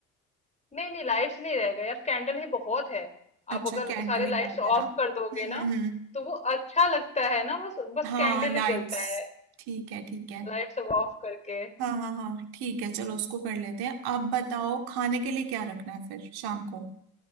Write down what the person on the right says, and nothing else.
अच्छा
कैंडल
ही
बहुत है
ना
हम्म
हम्म हम्म।
हाँ
लाइट्स
ठीक है ठीक है
हाँ हाँ हाँ ठीक है चलो उसको कर लेते हैं आप बताओ खाने के लिए क्या रखना है फिर शाम को